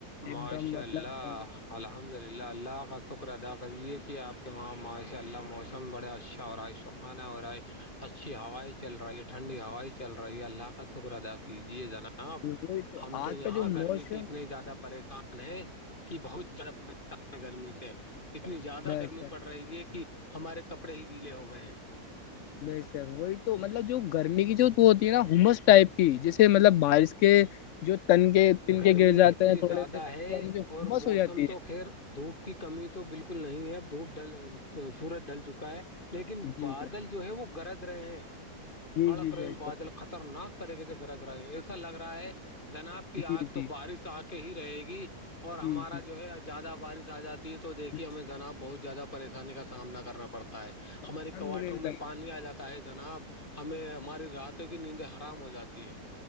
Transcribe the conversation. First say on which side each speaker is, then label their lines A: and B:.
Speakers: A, on the left; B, on the left.
A: ایک
B: ماشاء
A: دم مطلب
B: اللہ الحمد للہ اللہ کا شکر ادا کریے کہ آپ کے وہاں معاشی اللہ موسم بڑے اچھا اور عائشہ آنا اورور اچھی ہوائ چل رہی ٹھنڈی ہوائ چل رہی ہے اللہ کا شکر اا کیجیے جناب ج
A: وہی
B: ہم
A: آج
B: تو یہاں
A: کا جو موسم
B: گرمی سے اتنے زیادہ پریشان ہے کہ بہت زیادہ پریشان ہے گرمی سے اتنی زیادہ
A: بس
B: گرمی پڑ رہی ہے کہ ہمارے کپڑے ہی گیلے ہو گئے ہیں
A: نہیں س وہی تو مطلب جو گرمی کی جو ہوتی ہے نا ہومس ٹائپ کی جیسے مطلب بارش کے جو تن کے تن
B: گرمی
A: کے گر جاتے
B: اتنی
A: ہیں تھوڑے
B: زیادہ
A: سے تو
B: ہے
A: جو ہومس
B: اور موسم
A: ہو جاتی
B: تو
A: ہے
B: خیر دھوپ کی کمی تو بالکل نہیں ہے اب دھوپ ڈل سورج ڈل چکا ہے لیکن
A: جی
B: بادل
A: سر،
B: جو ہے وہ گرج رہے ہیں
A: جی
B: کڑکیم
A: جی بے شک
B: بادل خطرناک طریقے سے گرج رہے ہیں ایسا لگ رہا ہے جناب کے آ
A: جی
B: تو
A: جی
B: بارش آ کے ہی رہے گی اور ہمارا
A: جی جی
B: جو ہے زیادہ بارش آ جاتی ہے تو دیکھیے
A: بے
B: ہمیں
A: شک۔
B: نا بہت زیادہ پریشانی کا سامنا کرنا پڑتا ہے
A: الحمد
B: ہماری کواٹروں
A: للہ
B: میں پانی آ جاتا ہے جناب ہمیں ہماری راتوں کی نیندیں حرام ہو جاتی ہے